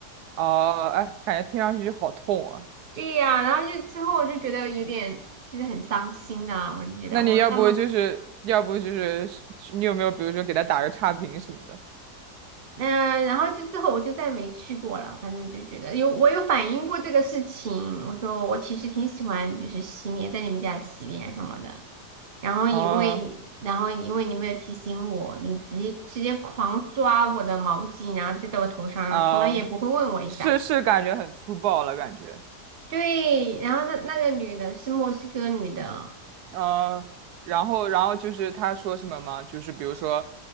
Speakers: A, on the right; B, on the right.
A: 啊，哎，感觉听上去就好痛啊。
B: 对呀、然后就之后我就觉得有点就是很伤心啊，我就觉得我那么
A: 那你要不就是，要不就是，你有没有比如说给他打个差评什么的？
B: 嗯、呃然后就之后我就再没去过了，反正就觉得有我有反映过这个事情，我说我其实挺喜欢就是洗脸，在你们家洗脸什么的。然后因为然后因为你没有提醒我，
A: 啊，
B: 你直接直接狂抓我的毛巾，然后就在我头上，
A: 啊，
B: 从来也不会问我一下。
A: 是是，感觉很粗暴了，感觉。
B: 对，然后那那个女的是墨西哥女的，
A: 呃，然后然后就是他说什么吗？就是比如说，